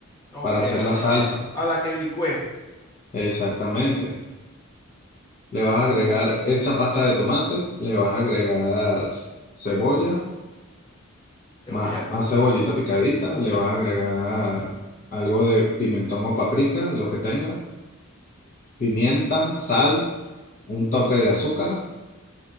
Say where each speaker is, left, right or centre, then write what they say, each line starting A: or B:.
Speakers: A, on the left; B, on the left.
A: Ok,
B: para
A: ajá,
B: hacer la
A: ya,
B: salsa.
A: ya. A la que le licué.
B: Exactamente. Le vas a agregar esa pasta de tomate, le vas a agregar cebolla,
A: ¿Cebolla?
B: más, más cebollita picadita, le vas a agregar algo de pimentón o paprika, lo que tengas, pimienta, sal, un toque de azúcar